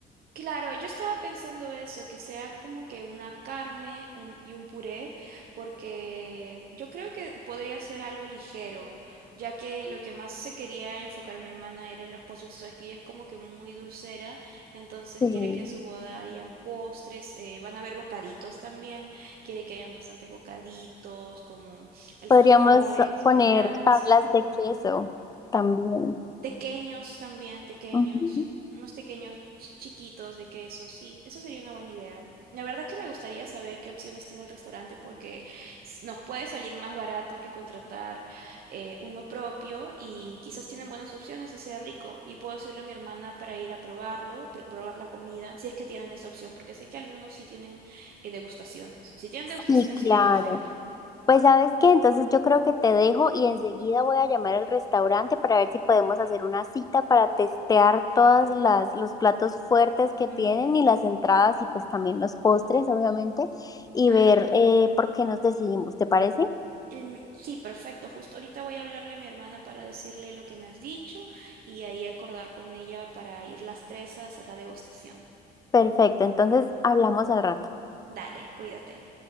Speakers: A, on the right; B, on the left.
A: Claro, yo estaba pensando eso, que sea como que una carne un- y un puré, porque yo creo que podría ser algo ligero, ya que lo que más se quería enfocar mi hermana era en los postres, tú sabes que ella es como que muy dulcera, entonces
B: Sí.
A: quiere que en su boda hayan postres, eh, van a haber bocaditos también, quiere que hayan bastantes bocaditos como alfajores,
B: Podríamos poner
A: mini brownies.
B: tablas de queso también.
A: Tequeños también, tequeños,
B: Ujú.
A: unos tequeños ch- chiquitos de queso, sí, eso sería una buena idea. La verdad es que me gustaría saber qué opciones tiene el restaurante porque s- nos puede salir más barato que contratar eh, uno propio y quizás tienen buenas opciones y sea rico. Y puedo decirle a mi hermana para ir a probarlo, pr- probar la comida, si es que tienen esa opción, porque sé que algunos sí tienen eh, degustaciones. Si tienen degustaciones
B: Sí, claro.
A: sería perfecto.
B: Pues sabes qué, entonces yo creo que te dejo y enseguida voy a llamar al restaurante para ver si podemos hacer una cita para testear todas las los platos fuertes que
A: Mm,
B: tienen y las entradas y pues también los postres, obviamente, y
A: ajá.
B: ver eh, por qué nos decidimos, ¿te parece?
A: El- sí, perfecto. Justo ahorita voy a hablarle a mi hermana para decirle lo que me has dicho y ahí acordar con ella para ir las tres a hacer la degustación.
B: Perfecto, entonces hablamos al rato.
A: Dale, cuídate.